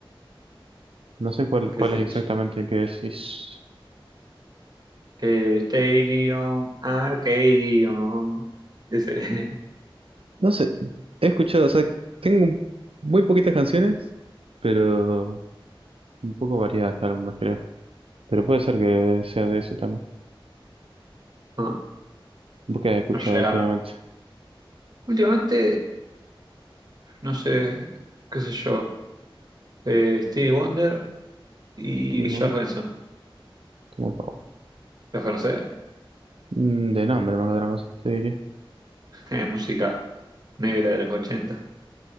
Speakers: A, on the right; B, on the right.
A: No sé cuál,
B: ¿Qué
A: cuál
B: sé
A: es exactamente
B: yo?
A: el que decís.
B: Eh, Stadium Arcadium. Ese. <laughs>
A: No sé, he escuchado, o sea, tengo muy poquitas canciones, Pero un poco variadas de álbumes, creo. Pero puede ser que sea de ese también.
B: No,
A: ¿Vos qué has escuchado
B: no llega.
A: últimamente?
B: Últimamente. No sé, qué sé yo. Eh, Stevie Wonder y
A: Sí, bueno,
B: George Benson.
A: como pavo.
B: ¿Los conocés?
A: Mm, De nombre, más que otra cosa, te diría.
B: Eh, música negra de los ochenta